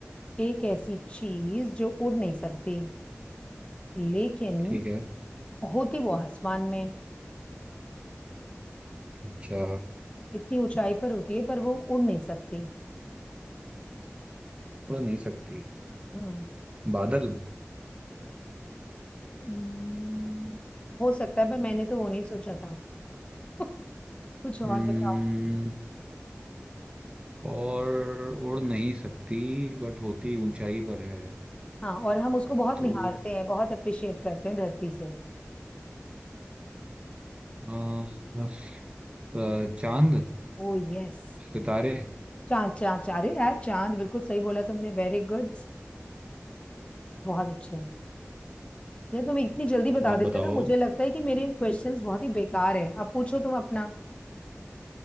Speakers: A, on the left (about 25°); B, on the right (about 25°).
A: एक ऐसी चीज जो उड़ नहीं सकती लेकिन
B: ठीक है
A: होती वो आसमान में
B: अच्छा
A: इतनी ऊंचाई पर होती है पर वो उड़ नहीं सकती
B: उड़ नहीं सकती
A: हम्म
B: बादल
A: हम्म, हो सकता है पर मैंने तो वो नहीं सोचा था <laughs> कुछ और
B: हम्म
A: बताओ
B: और उड़ नहीं सकती बट होती ऊंचाई पर है
A: हाँ और हम उसको बहुत
B: तो
A: निहारते हैं बहुत अप्रिशिएट करते हैं धरती से
B: आ, बस, आ, चांद
A: ओ यस
B: सितारे
A: चांद चांद चांद अरे यार चांद बिल्कुल सही बोला तुमने वेरी गुड बहुत अच्छे ये तुम इतनी जल्दी बता
B: आप
A: देते
B: बताओ
A: हो ना मुझे लगता है कि मेरे क्वेश्चंस बहुत ही बेकार है अब पूछो तुम अपना